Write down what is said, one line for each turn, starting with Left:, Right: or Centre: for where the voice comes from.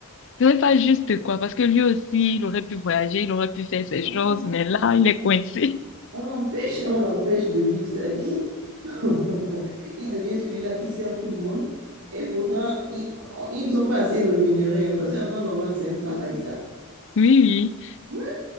Left: ce n'est pas juste, quoi, parce que lui aussi, il aurait pu voyager, il aurait pu faire ses
Right: Voilà.
Left: choses, mais là, il est coincé.
Right: On l'empêche, on l'empêche de vivre sa vie. <laughs> Il devient celui-là qui sert tout le monde. Et pourtant, ils, ils ne sont pas assez rémunérés, hein, parce qu'en temps normal, c'est un travail, ça.
Left: Oui, oui.
Right: Ouais.